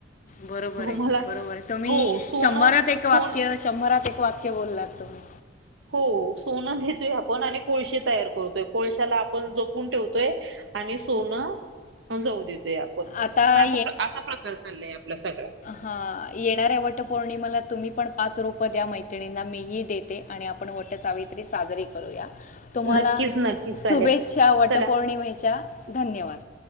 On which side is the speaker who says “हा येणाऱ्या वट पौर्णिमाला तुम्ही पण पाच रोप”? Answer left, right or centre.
Left